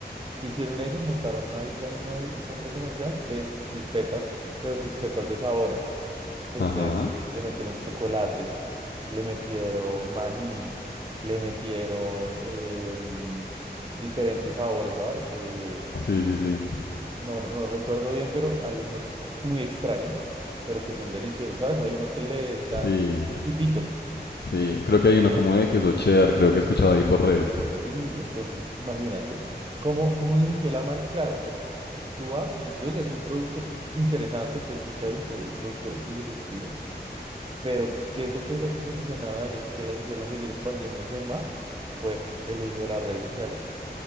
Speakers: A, on the right; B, on the left.
A: ¿Qué hicieron ellas? Montaron una isla en una- un centro comercial de crispetas, pero crispetas de sabores. Entonces
B: Ajá.
A: le metieron chocolate, le metieron maní, le metieron eh, mm, diferentes sabores, ¿sabes? Eh,
B: Sí, sí, sí.
A: no, no recuerdo bien, pero hay unos muy extraños, pero que son deliciosos, ¿sabes? Hay uno que le echan
B: Sí,
A: quipitos.
B: sí. Creo que hay uno como de queso cheddar, creo que he escuchado ahí por redes.
A: Sí, entonces imagínate, ¿cómo, cómo inició la marca? Claro, pues tú vas y tú dices, oiga, es un producto interesante, un producto chévere, un, pro- un producto disruptivo, pero ¿qué es lo que las posicionaron a ellas y qué las hicieron seguir expandiéndose en más? Fue el uso de las redes sociales.